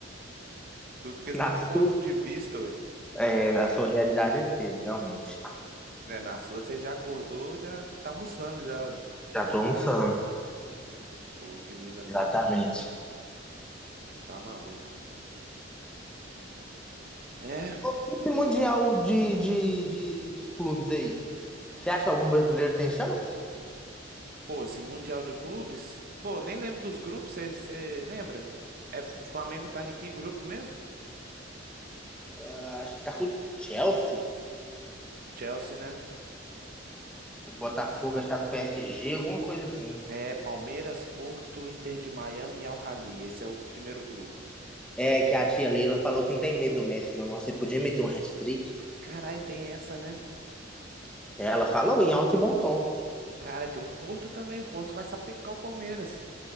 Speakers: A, on the right; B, in the centre.
A: Tudo questão
B: Na
A: de
B: sua,
A: ponto de vista, ué.
B: é, na sua realidade é cedo, realmente.
A: Né, na sua você já acordou, já tá almoçando já,
B: Já tô almoçando.
A: Pô, oito e meia da
B: Exatamente.
A: manhã. Tá maluco. É,
B: E esse Mundial de, de, de, dos clubes aí? Você acha que algum brasileiro tem chance?
A: pô, esse Mundial de Clubes. Pô, nem lembro dos grupos, você lembra? É, o Flamengo tá em que grupo mesmo?
B: acho que tá com o Chelsea.
A: Chelsea, né?
B: O Botafogo está com o PSG, alguma coisa assim.
A: É, Palmeiras, Porto, Inter de Miami e Al Ahly. Esse é o primeiro grupo.
B: É, que a tia Leila falou que não tem medo do Messi, não. Nossa, ele podia meter um hat-trick.
A: Caralho, tem essa, né?
B: É, Ela falou em alto e bom tom.
A: Cara, tem o Porto também. O Porto vai sapecar o Palmeiras.